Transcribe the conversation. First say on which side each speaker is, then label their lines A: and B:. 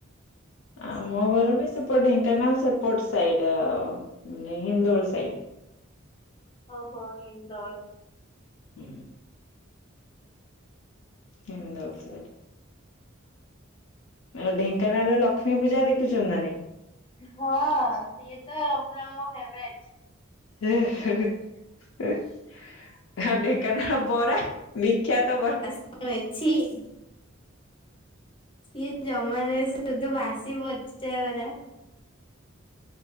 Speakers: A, on the left (about 75°); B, on the left (about 25°).
A: ଆ ମୋ ଘର ବି ସେପଟ ଢେଙ୍କାନାଳ ସେପଟ ସାଇଡ ଆ ନେ ହିନ୍ଦୋଳ ସାଇଡ।
B: ଓହୋ ହିନ୍ଦଳ।
A: ହୁଁ। ହିନ୍ଦଳ ସାଇଡ଼। ଆଉ ଢେଙ୍କାନାଳରେ ଲକ୍ଷ୍ମୀ ପୂଜା ଦେଖୁଛନ୍ତି ନା ନାଇଁ?
B: ହଁ ସିଏ ତ ପୁରା ମୋ ଫେବରାଇଟ।
A: <unintelligible> ଆଉ ଢ଼େ ଙ୍କାନାଳ ବରା ବିଖ୍ୟାତ ବର
B: ମେଛିି। ସିଏ ଜମାରେ ସୁଧୁ ବାସି ପଚରା।